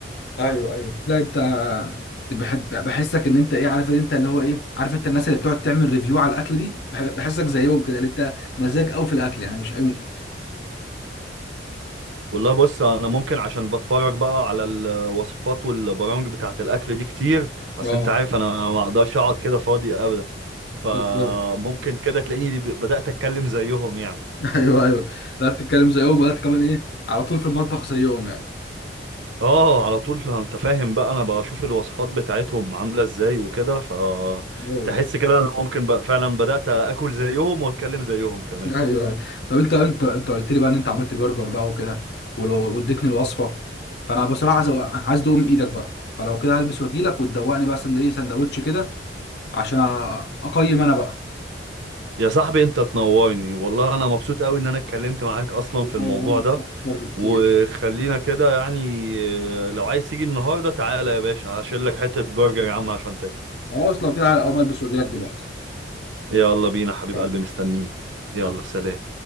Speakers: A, on the left; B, on the right.
A: ايوه ايوه لا انت بحب بحسك ان انت ايه عارف ان انت اللي هو ايه عارف انت الناس اللي بتقعد تعمل ريفيو على الاكل دي بح- بحسك زيهم كده اللي انت مزاج قوي في الاكل يعني مش قوي
B: والله بص انا ممكن عشان بتفرج بقى على الوصفات والبرامج بتاعه الاكل دي كتير اصل
A: اه
B: انت عارف انا ما اقدرش اقعد كده فاضي ابدا فممكن
A: بالظبط
B: كده تلاقيني ب- بدات اتكلم زيهم يعني
A: ايوه ايوه لا بتتكلم زيهم ولا كمان ايه على طول في المطبخ زيهم يعني
B: اه على طول انت فاهم بقى انا بشوف الوصفات بتاعتهم عامله ازاي وكده فتحس
A: ايوه
B: كده ان ممكن بقى فعلا بدات اكل زيهم واتكلم زيهم كمان
A: ايوه أيوة. طب انت انت انت قلت لي بقى ان انت عملت برجر بقى وكده ولو واديتني الوصفه فانا بصراحه عايز أ- عايز ادوق من ايدك بقى فلو كده هلبس واجيلك وتدوقني بقى سندوتش سندوتش كده عشان أ- اقيم انا بقى
B: يا صاحبي انت تنورني والله انا مبسوط قوي ان انا اتكلمت معاك اصلا في الموضوع
A: ايوه انا
B: ده
A: اكتر بكتير
B: وخلينا كده يعني آه، لو عايز تيجي النهارده تعالى يا باشا هشيل لك حتة برجر يا عم عشان تاكل
A: خلاص لو كده اقوم البس واجيلك دلوقتي
B: يلا بينا حبيب
A: يلا
B: قلبي مستنيك
A: سلام.
B: يلا سلام